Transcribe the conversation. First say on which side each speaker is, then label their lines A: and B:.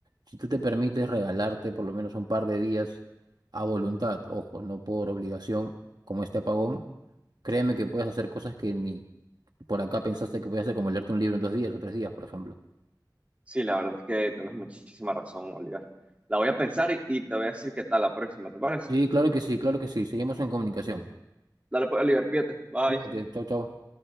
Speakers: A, on the right (about 60°); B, on the right (about 15°).
A: Si tú te permites regalarte por lo menos un par de días a voluntad, ojo, no por obligación, como este apagón, créeme que puedes hacer cosas que ni por acá pensaste que podías hacer, como leerte un libro en dos días o tres días, por ejemplo.
B: Sí, la verdad es que tienes muchísima razón, Oliver. La voy a pensar y, y te voy a decir qué tal la próxima, ¿te parece?
A: Sí, claro que sí, claro que sí. Seguimos en comunicación.
B: Dale pues, Oliver, cuídate. Bye.
A: Cuídate, chao, chao.